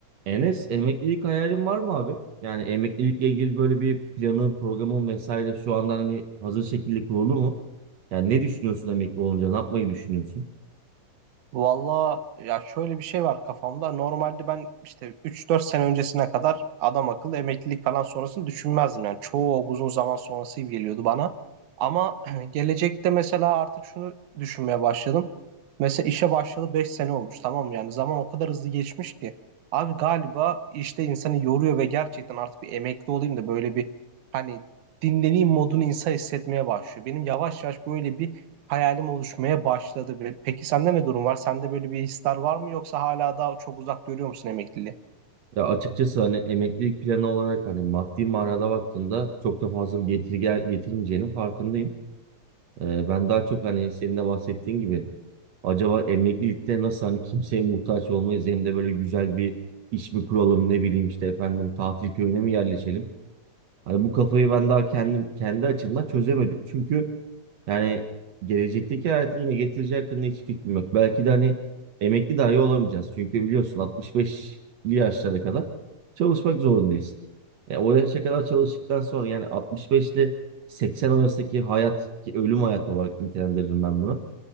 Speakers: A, on the right; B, on the right.
A: Enes emeklilik hayalin var mı abi? Yani emeklilikle ilgili böyle bir planın, programın vesaire şu andan hani hazır şekilde kurulu mu? Yani ne düşünüyorsun emekli olunca? Ne yapmayı düşünüyorsun?
B: Valla ya şöyle bir şey var kafamda. Normalde ben işte üç dört sene öncesine kadar adam akıllı emeklilik falan sonrasını düşünmezdim. Yani çoğu uzun zaman sonrası gibi geliyordu bana. Ama <clears throat> gelecekte mesela artık şunu düşünmeye başladım. Mesela işe başladı beş sene olmuş tamam mı? Yani zaman o kadar hızlı geçmiş ki. Abi galiba işte insanı yoruyor ve gerçekten artık bir emekli olayım da böyle bir hani dinleneyim modunu insan hissetmeye başlıyor. Benim yavaş yavaş böyle bir hayalim oluşmaya başladı. Ve Peki sende ne durum var? Sende böyle bir hisler var mı yoksa hala daha çok uzak görüyor musun emekliliği?
A: Ya açıkçası hani emeklilik planı olarak hani maddi manada baktığında çok da fazla bir getiri gel- getirmeyeceğinin farkındayım. Ee, ben daha çok hani senin de bahsettiğin gibi acaba emeklilikte nasıl hani kimseye muhtaç olmayız hem de böyle güzel bir iş mi kuralım ne bileyim işte efendim tatil köyüne mi yerleşelim? Hani bu kafayı ben daha kendim kendi açımdan çözemedim. Çünkü yani gelecekteki hayatın ne getireceği hakkında hiç fikrim yok. Belki de hani emekli dahi olamayacağız. Çünkü biliyorsun 65'li yaşlara kadar çalışmak zorundayız. E, o yaşa kadar çalıştıktan sonra yani 65 ile 80 arasındaki hayat ki ölüm hayatı olarak nitelendiririm ben bunu.